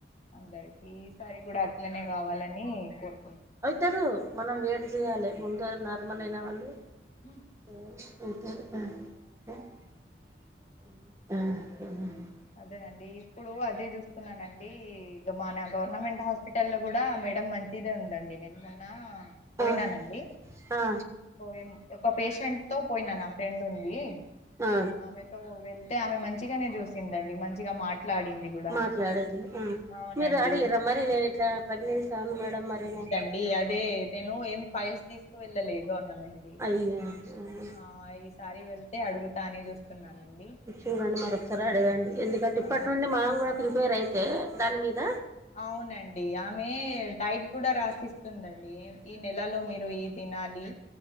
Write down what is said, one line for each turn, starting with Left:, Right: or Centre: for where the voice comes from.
Left: అందరికీ ఈసారి కూడా అట్లనే కావాలని కొరు
Right: అవుతారు మనం వెయిట్ చెయ్యాలి ముందు <inaudible> నార్మల్ అయినా వాళ్ళ
Left: హుమ్మ్
Right: <unintelligible>
Left: అదేనండి ఇప్పుడు అదే చూస్తున్నానండి ఊ మన గవర్నమెంట్ హాస్ప్ స్పిటల్ లో కూడా మేడం మంచిదే ఉందండి నేను మొన్న పోయినానండి
Right: ఆ ఆ
Left: పోయం ఒక పేషెంట్ తో పోయినా నా ఫ్రెండ్ ఉంది
Right: ఆ
Left: ఆమె వెళ్తే ఆమె మంచిగానే చూసిందండి మంచిగా మాట్లాడింది కూడా
Right: మాట్లాడండి ఉమ్
Left: అవునండి
Right: మీరు అడిగర్రా మరి నేను ఇట్లా ప్రెగ్నెన్సీ అయినా మేడం మరి నా
Left: డి అదే నేను ఏం ఫైల్స్ తీసుకువెళ్ళలే గవర్నమెంట్ ది
Right: <inaudible>
Left: ఆ ఈసారి వెళ్తే అడుగుతా అనే చూస్తున్నానండి
Right: చూడండి మరొకసారి అడగండి ఎందుకంటే ఇప్పటి
Left: ఆ
Right: నుండి మనం కూడా ప్రిపేర్ అయితే దాని మీద
Left: అవునండి ఆమె డైడ్ కూడా రాసిస్తుందండి ఈ నెలలో మీరు ఈ తినాలి